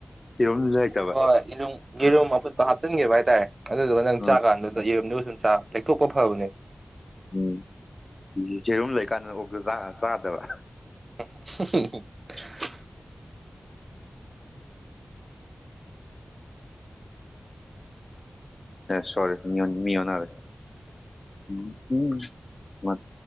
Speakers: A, on the left (about 55°); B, on the right (about 50°).
A: ꯌꯦꯔꯨꯝ ꯂꯩꯇꯕ
B: ꯍꯣꯏ ꯌꯦꯔꯨꯝ ꯌꯦꯔꯨꯝ ꯑꯐꯨꯠꯄ ꯍꯥꯞꯆꯤꯟꯒꯦꯕ ꯍꯥꯏꯇꯥꯔꯦ ꯑꯗꯨꯗꯨꯒ
A: ꯑꯥ
B: ꯅꯪ ꯆꯥꯛꯀꯥꯟꯗꯨꯗ ꯌꯦꯔꯨꯝꯗꯨ ꯎꯟ ꯂꯩꯊꯣꯛꯄ ꯐꯕꯅꯦ
A: ꯎꯝ ꯁꯦꯔꯨꯝ ꯂꯩꯀꯥꯟꯗ ꯑꯣ ꯆꯥꯗꯕ
B: <inaudible>
A: ꯁꯔꯤꯐ ꯃꯤ ꯃꯤꯌꯅꯔꯦ ꯎ ꯎ ꯃꯠ